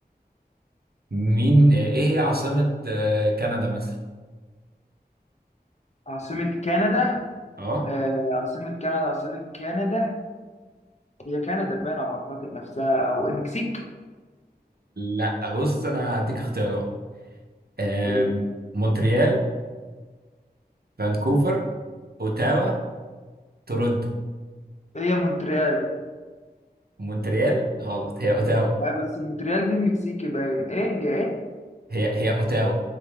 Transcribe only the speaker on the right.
مين ايه هي عاصمة آه، كندا مثلا
اه
لا بص انا هديك اختيارات أم...
مونتريال فانكوفر اوتاوا تورونتو
مونتريال غلط هي اوتاوا
هي هي اوتاوا